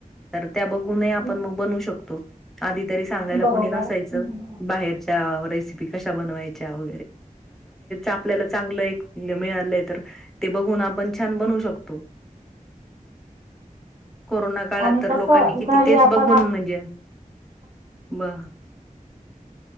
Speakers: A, in the centre; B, on the right.
A: त्या बघून आपण
B: हं,
A: मग बनू शकतो आधी तरी सांगायला
B: बरोबर
A: कोणी नसायचं
B: हं.
A: बाहेरच्या क व आपल्या चांगले मिळाले तर बघून आपण छान बनू शकतो कोरोना काळात
B: आणि
A: तर
B: कसं
A: लोकांनी किती
B: घरी
A: तेच
B: आपण
A: बघून म्हणजे व